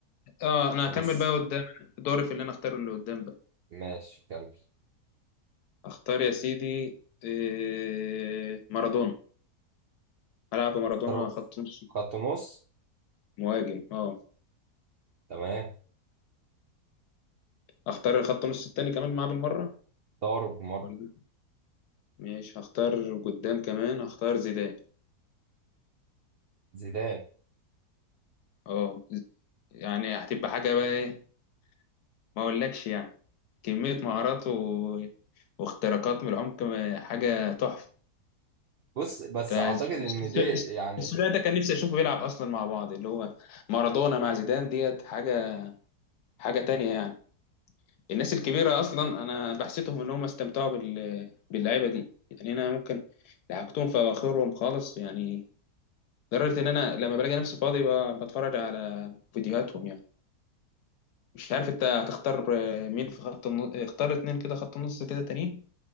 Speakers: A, on the left; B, on the right.
A: اه انا
B: خلاص
A: هكمل بقى قدام دوري في اللي انا اختاره اللي قدام بقى
B: ماشي كمل
A: اختار يا سيدي إيه، مارادونا هلعب مارادونا
B: الطرف
A: خط نص
B: خط نص
A: مهاجم اه
B: تمام
A: اختار خط نص التاني كمان معاه بالمرة
B: طارق بمر
A: ولا ماشي هختار قدام كمان هختار زيدان
B: زيدان
A: اه يعني هتبقى حاجة بقى ايه ما اقولكش يعني كمية مهارات و... واختراقات من العمق ما- حاجة تحفة
B: بص بس
A: تا-
B: اعتقد
A: الس-
B: ان دي يعني
A: الثلاثي ده كان نفسي اشوفه بيلعب اصلا مع بعض اللي هو مارادونا مع زيدان ديت حاجة حاجة تانية يعني الناس الكبيرة اصلا انا بحسيتهم ان هم استمتعوا بال... باللعيبة دي يعني انا ممكن لحقتهم في اواخرهم خالص يعني لدرجة ان انا لما بلاقي نفسي فاضي ب... بتفرج على فيديوهاتهم يعني مش عارف انت هتختار آه، مين في خط النص اختار اتنين كده خط النص كده تانيين